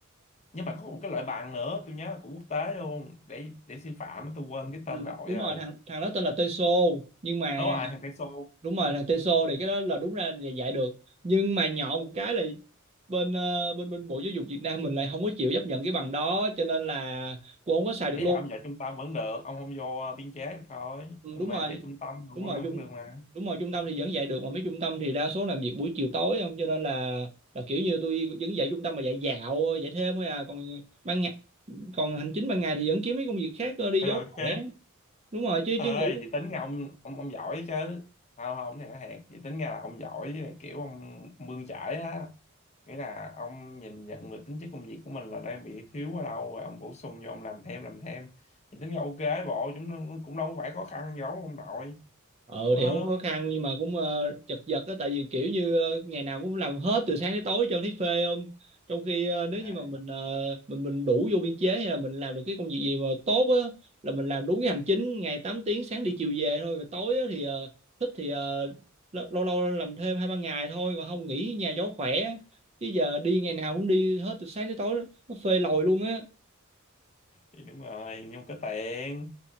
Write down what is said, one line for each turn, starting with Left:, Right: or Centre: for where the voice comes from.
Left: nhưng mà có một cái loại bằng nữa tôi nhớ là của quốc tế luôn để để sư phạm á, tôi quên cái tên
Right: Ừ,
Left: rồi
Right: đúng
Left: rồi
Right: rồi thằng thằng đó tên là Teso nhưng mà
Left: đúng rồi hàng peso
Right: đúng rồi thằng Teso thì cái đó là đúng ra là dạy được nhưng mà nhọ một cái là bên ờ, bên bên Bộ Giáo dục Việt Nam mình lại không có chịu chấp nhận cái bằng đó cho nên là cô không có xài được
Left: ý
Right: luôn
Left: là ông dạy trung tâm vẫn được ông không vô ờ, biên chế được thôi
Right: ừ,
Left: nhưng
Right: đúng
Left: mà
Right: rồi
Left: dạy trung tâm không
Right: đúng rồi trung
Left: cũng được mà
Right: đúng rồi trung tâm thì vẫn dạy được mà mấy trung tâm thì đa số làm việc buổi chiều tối không cho nên là là kiểu như tôi vẫn dạy trung tâm mà dạy dạo dạy thêm thôi à còn ban ngày còn hành chính ban ngày thì vẫn kiếm mấy công việc khác ờ, đi
Left: vậy
Right: cho
Left: là ok
Right: khỏe đúng rồi chứ
Left: ơi
Right: chứ nghĩ
Left: vậy tính ra ông ông ông giỏi chứ không không này nó hẹt vậy tính ra là ông giỏi với lại kiểu ông ông bươn chải á nghĩa là ông nhìn nhận được tính chất công việc của mình là đang bị thiếu ở đâu rồi ông bổ sung vô ông làm thêm làm thêm thì tính ra ok bộ chúng nó cũng đâu phải khó khăn gì đâu ông nội
Right: ờ
Left: đúng
Right: thì
Left: không
Right: không có khó khăn nhưng mà cũng ờ, chật vật á tại vì kiểu như ờ, ngày nào cũng làm hết từ sáng tới tối cho thấy phê không trong khi ờ, nếu
Left: à,
Right: như mà mình ờ, mình mình đủ vô biên chế hay là mình làm được cái công việc gì mà tốt á là mình làm đúng cái hành chính ngày 8 tiếng sáng đi chiều về thôi rồi tối á, thì ờ, thích thì ờ, lo- lâu lâu làm thêm hai ba ngày thôi còn không nghỉ nhà cho khỏe chứ giờ đi ngày nào cũng đi hết từ sáng tới tối nó phê lòi luôn á
Left: thì đúng rồi nhưng có tiền